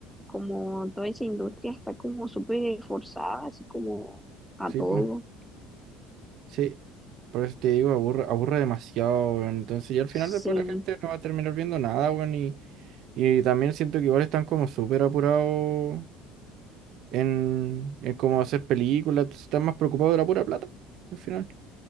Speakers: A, in the centre; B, on the right.
A: como toda esa industria está como súper forzada, así como a
B: sí,
A: todo.
B: pues. Sí, por eso te digo, aburre, aburre demasiado, weón. Entonces, y al final
A: Sí,
B: después la gente no va a terminar viendo nada, weón. Y, y también siento que igual están como súper apurados en, en cómo hacer películas. entonces Están más preocupados de la pura plata, al final.